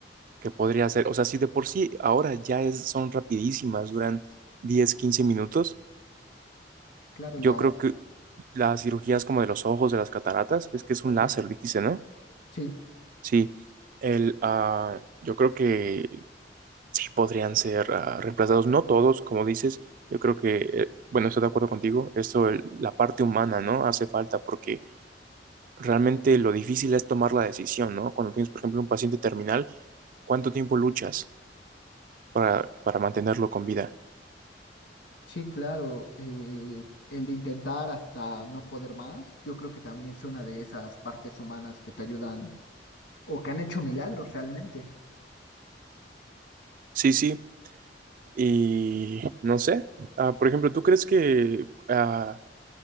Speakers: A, on the right (about 50°); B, on the left (about 75°).
A: que podría hacer, o sea, si de por sí ahora ya es, son rapidísimas, duran 10, 15 minutos.
B: Claro,
A: Yo
B: las...
A: creo que las cirugías como de los ojos, de las cataratas, es que es
B: Ok,
A: un láser, dijiste, ¿no?
B: sí,
A: Sí, el, ah, yo creo que sí podrían ser ah, reemplazados, no todos, como dices, yo creo que, eh, bueno, estoy de acuerdo contigo, esto, el- la parte humana, ¿no? Hace falta porque realmente lo difícil es tomar la decisión, ¿no? Cuando tienes, por ejemplo, un paciente terminal, ¿cuánto tiempo luchas para, para mantenerlo con vida?
B: sí, claro. eh, el de intentar hasta no poder más, yo creo que también es una de esas partes humanas que te ayudan o que han hecho milagros realmente.
A: Sí, sí, y no sé, ah, por ejemplo, ¿tú crees que... ah,